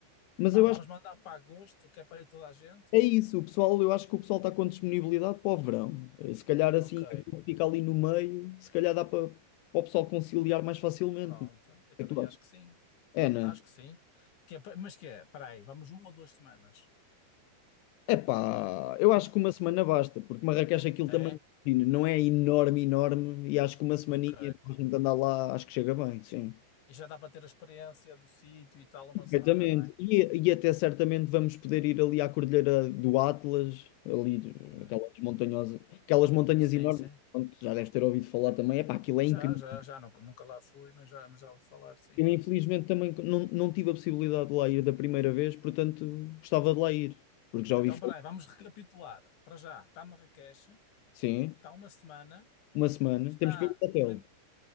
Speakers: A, on the left; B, on the left.
A: Mas
B: Pá,
A: eu
B: vamos
A: acho que
B: mandar para agosto, que é para ir toda a gente?
A: é isso. O pessoal, eu acho que o pessoal está com disponibilidade para o verão. Eh, Se calhar assim,
B: Ok,
A: aquilo que fica ali no meio, se calhar dá para, para o pessoal conciliar mais facilmente.
B: pronto.
A: O que
B: Eu também
A: é que tu achas?
B: acho que sim.
A: É, né?
B: Acho que sim. Que é pa- mas que é? Espera aí, vamos uma ou duas semanas?
A: Epá, eu acho que uma semana basta, porque Marrakech aquilo
B: É?
A: também imagina, não é enorme, enorme, e acho que uma semaninha
B: Ok.
A: para a gente andar lá, acho que chega bem, sim.
B: E já dá para ter a experiência do sítio e tal uma
A: Perfeitamente.
B: semana, não é?
A: E, e até certamente vamos poder ir ali à Cordilheira do Atlas, ali,
B: Hum.
A: aquelas montanhosas, aquelas montanhas
B: Sim,
A: enormes,
B: sim.
A: pronto, já deves ter ouvido falar também, epá, aquilo é incrível.
B: Já, já, já. Nunca, nunca lá fui, mas já, mas já vou falar, sim.
A: Eu infelizmente também não, não tive a possibilidade de lá ir da primeira vez, portanto gostava de lá ir, porque já
B: Então,
A: ouvi falar.
B: peraí, vamos recapitular. Para já, está Marrakech,
A: Sim,
B: está uma semana,
A: uma semana,
B: está.
A: temos que ver o hotel.
B: Prim...